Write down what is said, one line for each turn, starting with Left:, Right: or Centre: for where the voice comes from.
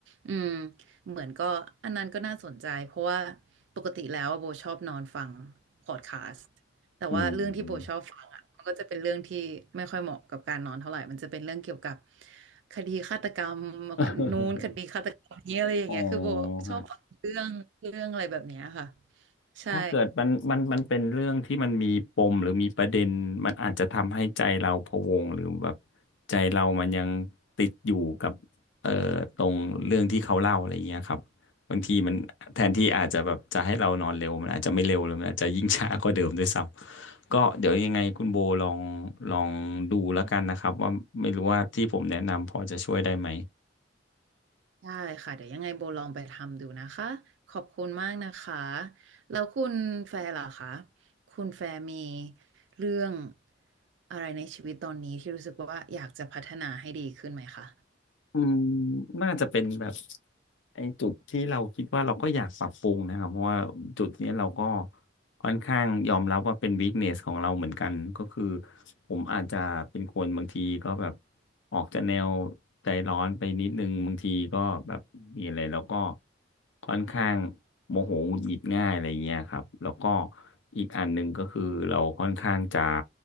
Right: อืมเหมือนก็อันนั้นก็น่าสนใจเพราะว่าปกติแล้วอะโบชอบนอนฟังพอดคาสต์ แต่ว่าเรื่องที่โบชอบฟังอ่ะมันก็จะเป็นเรื่องที่ไม่ค่อยเหมาะกับการนอนเท่าไหร่มันจะเป็นเรื่องเกี่ยวกับ
Left: อืม
Right: คดีฆาตกรรม
Left: <laughs>
Right: นู้นคดีฆาตกรรมนี้อะไรอย่างเงี้ยคือโบชอบฟังเรื่องเรื่องอะไรแบบเนี้ยค่ะ
Left: อ๋อฮะ
Right: ใช่
Left: ถ้าเกิดมันมันมันเป็นเรื่องที่มันมีปมหรือมีประเด็นมันอาจจะทำให้ใจเราพะวงหรือแบบใจเรามันยังติดอยู่กับเอ่อตรงเรื่องที่เขาเล่าอะไรอย่างเงี้ยครับบางทีมันแทนที่อาจจะแบบจะให้เรานอนเร็วมันอาจจะไม่เร็วเลยมันอาจจะยิ่งช้ากว่าเดิมด้วยซ้ำก็เดี๋ยวยังไงคุณโบลองลองดูแล้วกันนะครับว่าไม่รู้ว่าที่ผมแนะนำพอจะช่วยได้ไหม
Right: ได้ค่ะเดี๋ยวยังไงโบลองไปทำดูนะคะขอบคุณมากนะคะแล้วคุณแฟร์ล่ะคะคุณแฟร์มีเรื่องอะไรในชีวิตตอนนี้ที่รู้สึกว่าอยากจะพัฒนาให้ดีขึ้นไหมคะ
Left: อืมน่าจะเป็นแบบไอ้จุดที่เราคิดว่าเราก็อยากปรับปรุงนะครับเพราะว่าจุดเนี้ยเราก็ค่อนข้างยอมรับว่าเป็นวีคเนสของเราเหมือนกันก็คือผมอาจจะเป็นคนบางทีก็แบบออกจะแนวใจร้อนไปนิดนึงบางทีก็แบบมีอะไรแล้วก็ค่อนข้างโมโหหงุดหงิดง่ายอะไรเงี้ยครับแล้วก็อีกอันหนึ่งก็คือเราค่อนข้างจะ